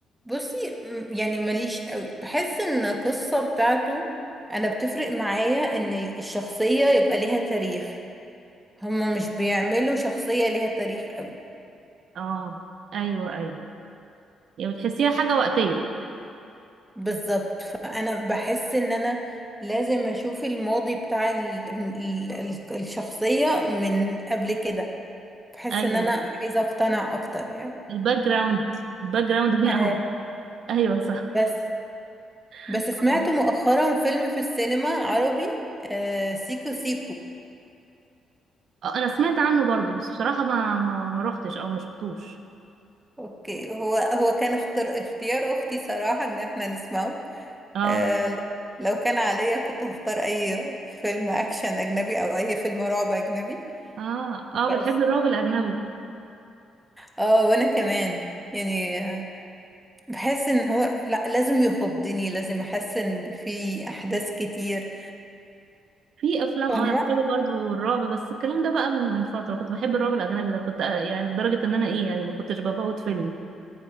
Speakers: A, in the centre; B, on the right (about 65°).
A: بصي م- يعني ماليش قوي بحس ان القصة بتاعته انا بتفرق معايا ان الشخصية يبقى ليها تاريخ هما مش بيعملوا شخصية ليها تاريخ قوي
B: اه ايوه ايوه يعني بتحسيها حاجة وقتية
A: بالظبط فانا بحس ان انا لازم اشوف الماضي بتاع ال... ال... ال- الشخصية من قبل كده بحس
B: ايوه
A: ان انا عايزة اقتنع اكتر يعني
B: الباك جراوند الباك جراوند من
A: آه
B: اول ايوه صح
A: بس بس
B: اه
A: سمعت مؤخرا فيلم في السينما عربي آه سيكو سيكو
B: آه، انا سمعت عنه برضو بس بصراحة ما ما, ما روحتش او ما شفتوش
A: اوكي هو هو كان اختر اختيار اختي صراحة ان احنا نسمعه
B: اه
A: آه لو كان عليا كنت هختار اي فيلم اكشن اجنبي او اي فيلم رعب اجنبي
B: اه
A: بس
B: اه بتحب الرعب الاجنبي
A: اه وانا كمان يعني آه، بحس ان هو لا لازم يخضني لازم احس ان في احداث كتير
B: في افلام
A: فاهمه
B: اه انا بحب برضو الرعب بس الكلام ده بقى من من فترة كنت بحب الرعب الاجنبي ده كنت آه، يعني لدرجة ان انا ايه يعني ما كنتش بفوت فيلم